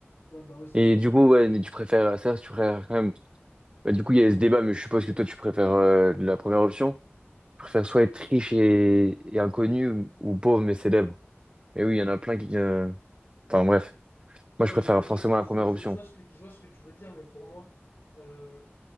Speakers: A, on the left; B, on the right.
A: Ouais, bah ouais, c'est
B: Et
A: sûr.
B: du coup, ouais, mais tu préfères ça, tu préfères quand même. Bah, du coup, il y a ce débat, mais je suppose que toi, tu préfères euh, la première option. Tu préfères soit être riche et, et inconnu ou, ou pauvre mais célèbre. Mais oui, il y en a plein qui. euh, Enfin, bref.
A: Ouais,
B: Moi, je préfère
A: je vois, je
B: forcément
A: vois, je vois,
B: la
A: je
B: première
A: vois, je
B: option.
A: vois- je vois ce que, je vois ce que tu veux dire, mais pour moi, euh,